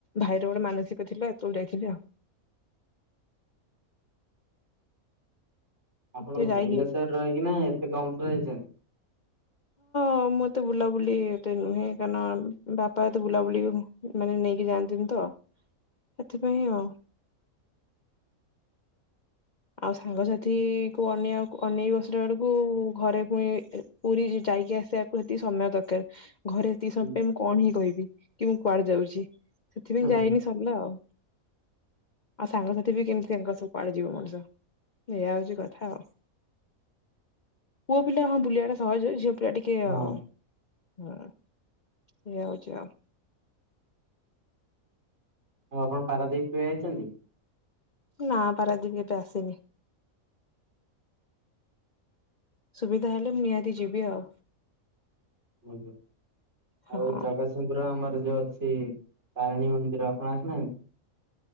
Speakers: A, on the left; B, on the right.
A: ଭାଇର ଗୋଟେ ମାନସିକ ଥିଲା ସେତେବେଳେ ଯାଇଥିଲି ଆଉ।
B: ଆପଣ
A: ଏତେ
B: ଭୁବନେଶ୍ୱରରେ
A: ଯାଇ ହେଇ
B: ରହିଁକିନା ଏତେ କମ୍ ଥରଯାଇଚନ୍ତି।
A: ହଁ ମୁଁ ଏତେ ବୁଲାବୁଲି ଏତେ ନୁହେଁ କାରଣ ବାପା ଏତେ ବୁଲାବୁଲି ମାନେ ନେଇକି ଯାଆ ନ୍ତିନିତ ସେଥିପାଇଁ ଆଉ। ଆଉ ସାଙ୍ଗସାଥି କୁ ଅନେଇଆକୁ ଅନେଇ ବସିଲା ବେଳକୁ ଘରେ ପୁଣି ପୁରୀ ଯାଇକି ଆସିବାକୁ ସେତିକି ସମୟ ଦରକାର। ଘରେ ସେତିକି
B: ହୁଁ
A: ସମୟ ପାଇଁ ମୁଁ କଣ ହିଁ କହିବି କିମୁଁ କୁଆଡ଼େ ଯାଉଚି ସେଥିପାଇଁ
B: ହୁଁ
A: ଯାଇନି ସରିଲା ଆଉ ଆଉ ସାଙ୍ଗସାଥିବି କେମିତି ତାଙ୍କ ସବୁ ପାଳେ ଯିବ ମଣିଷ ଏଇଆ ହଉଚି କଥା ଆଉ। ପୁଅ ପିଲା ହଁ ବୁଲିବାଟା ସହଜ ଝିଅ ଟିକେ
B: ହଁ
A: ଆଉ ହଁ ଏୟା ହଉଚି ଆଉ।
B: ଆଉ ଆପଣ ପାରାଦ୍ୱୀପ କେବେ ଯାଇଚନ୍ତି?
A: ନା ପାରାଦୀପ ଏତେ ଆସିନି। ସୁବିଧା ହେଲେ ମୁଁ ନିହାତି ଯିବି ଆଉ।
B: ଆଜ୍ଞା
A: ହଁ
B: ଆଉ ଜଗ ପୁରର ଆମର ଯୋଉ ଅଛି ତାରିଣୀ ମନ୍ଦିର ଆପଣ ଆସିନାହାନ୍ତି?